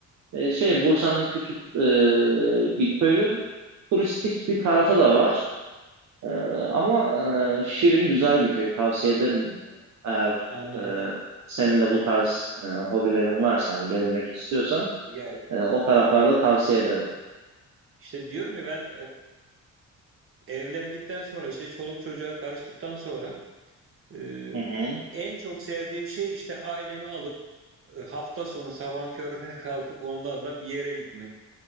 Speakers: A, on the right; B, on the right.
A: Ee, şey Bursa'nın küçük e, bir köyü. Turistik bir tarafı da var. Ee, ama e, şirin güzel bir köy. Tavsiye ederim eğer
B: Anladım.
A: e, senin de
B: Anladım.
A: bu tarz e, hobilerin varsa hani gezmek istiyorsan
B: Ya
A: e, o taraflarda tavsiye ederim.
B: işte diyorum ya ben e, evlendikten sonra işte çoluk çocuğa karıştıktan sonra e,
A: Hı hı.
B: en çok sevdiğim şey işte ailemi alıp e, hafta sonu sabah körüne <laughs> kalkıp onlarla bir yere gitmek.